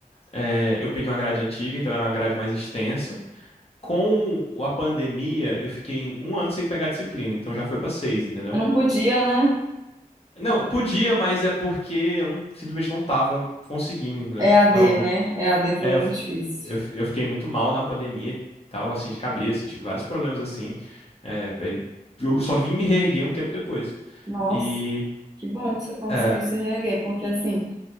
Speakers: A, on the left; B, on the right.
A: É, eu peguei uma grade antiga, então era uma grade mais extensa. com a pandemia, eu fiquei em um ano sem pegar disciplina, então já foi pra seis, entendeu?
B: Eu não podia, né?
A: Não, podia, mas é porque eu não- simplesmente não tava conseguindo, entendeu?
B: É a D,
A: Tava muito.
B: né? É a D foi
A: É,
B: muito
A: eu, fi-
B: difícil.
A: eu, fi- eu fiquei muito mal na pandemia e tal, assim, de cabeça, tive vários problemas assim. É, aí eu só vim me reerguer um tempo depois.
B: Nossa,
A: E.
B: que bom que você conseguiu
A: É,
B: se reerguer, porque assim,